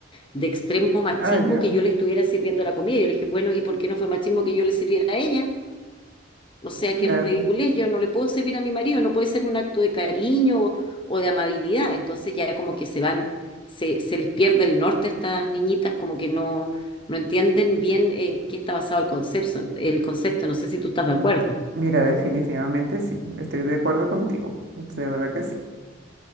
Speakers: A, on the left (about 25°); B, on the right (about 55°).
A: de extremo machismo
B: ay Dios,
A: que yo le estuviera sirviendo la comida. Yo le dije, bueno, ¿y por qué no fue machismo que yo le sirviera a ella? O sea,
B: claro.
A: qué ridiculez, yo no le puedo servir a mi marido, no puede ser un acto de cariño o, o de amabilidad. Entonces ya como que se van, se, se les pierde el norte a estas niñitas, como que no, no entienden bien en qué está basado el concepto, el concepto. No sé si tú estás de acuerdo.
B: Mira, definitivamente sí, estoy de acuerdo contigo, de verdad que sí,